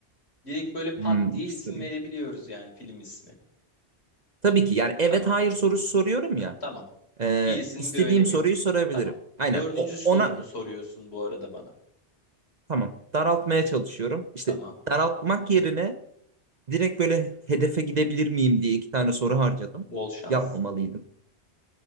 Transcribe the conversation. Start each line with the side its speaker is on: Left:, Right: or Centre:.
Left: Direkt böyle pat
Right: Hmm,
Left: diye
Right: iki
Left: isim
Right: sorayım.
Left: verebiliyoruz yani film ismi.
Right: Tabii ki yani evet
Left: Tamam.
Right: hayır sorusu soruyorum ya.
Left: Tamam.
Right: Ee,
Left: Gerisinin
Right: istediğim
Left: bir önemi
Right: soruyu
Left: yok.
Right: sorabilirim.
Left: Tamam.
Right: Aynen
Left: Dördüncü
Right: o,
Left: sorunu
Right: ona
Left: soruyorsun bu arada bana.
Right: tamam daraltmaya çalışıyorum. İşte
Left: Tamam.
Right: daraltmak yerine direkt böyle hedefe gidebilir miyim diye iki tane soru harcadım.
Left: Bol şans.
Right: Yapmamalıydım.